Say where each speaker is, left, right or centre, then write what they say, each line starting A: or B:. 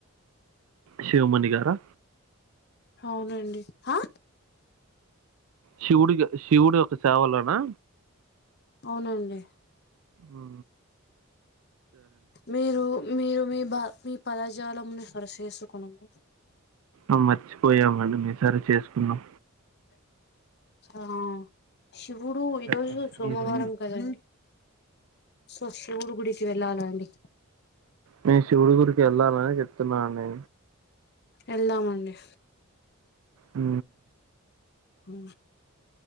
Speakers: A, on the right (about 70°); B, on the left (about 50°).
A: శివమణి గారా
B: అవునండి హా
A: శివుడిగ శివుడి ఒక సేవలోనా.
B: అవునండి
A: ఊ
B: మీరు మీరు మీ బా మీ పదజాలమును సరిచేసుకొనుము
A: ఆ మర్చిపోయామండి మీ సరి చేసుకున్నం.
B: ఆ శివుడూ ఈరోజు
A: చెప్పండి
B: సోమవారం
A: మీరు
B: కదండి. సో శివుడు గుడికి వెళ్ళాల అండి.
A: నేన్ శివుడుగుడికి ఎళ్ళాలనే చెప్తున్నా అండి
B: ఎళ్దామండి
A: ఊ
B: ఉ